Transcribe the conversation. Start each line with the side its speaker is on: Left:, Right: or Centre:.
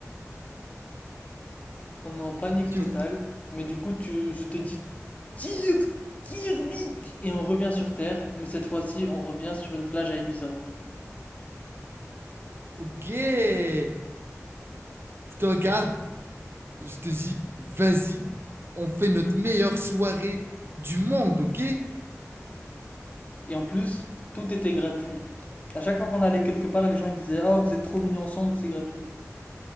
Left: On est en panique
Right: Tu,
Left: totale. Mais du coup, tu, je te dis tire, tire vite. Et on revient sur Terre. Mais cette fois-ci, on revient sur une plage à Ibiza.
Right: Ok. Je te regarde, je te dis, vas-y, on fait notre meilleure soirée du monde, ok?
Left: Et en plus, tout était gratuit. À chaque fois qu'on allait quelque part, les gens ils disaient ah oh, vous êtes trop mignons ensemble, c'est gratuit.